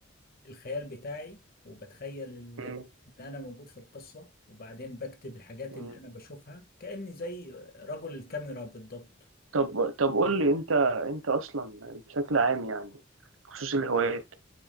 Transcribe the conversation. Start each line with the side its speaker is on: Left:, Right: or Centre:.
Left: الخيال بتاعي وبتخيل ال-
Right: مم.
Left: ان انا موجود في القصه وبعدين بكتب الحاجات
Right: مم.
Left: اللي انا بشوفها كاني زي رجل الكاميرا بالضبط
Right: طب طب قول لي أنت أنت أصلا بشكل عام يعني بخصوص الهوايات